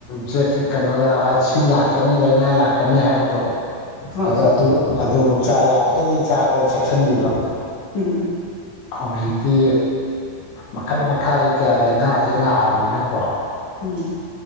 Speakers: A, on the left; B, on the left.
A: ꯆꯦꯛ ꯀꯩꯅꯣ ꯑꯁꯤ ꯂꯥꯛꯀꯅꯤ ꯂꯥꯏꯅꯥ ꯂꯥꯛꯀꯅꯤ ꯍꯥꯏꯕꯗꯣ
B: ꯍꯣꯏ
A: ꯑ ꯑꯗꯨ ꯑꯗꯨꯕꯨ ꯆꯥ ꯌꯥꯔꯤꯒꯗꯤ ꯆꯥꯕꯗ ꯆꯦꯛꯁꯤꯟꯕꯤꯕ
B: ꯎꯝ
A: ꯍꯧꯖꯤꯛꯇꯤ ꯃꯈꯜ ꯃꯈꯥꯒꯤ ꯀꯌꯥ ꯂꯥꯏꯅꯥꯁꯦ ꯂꯥꯛꯑꯕꯅꯤꯅꯀꯣ
B: ꯎꯝ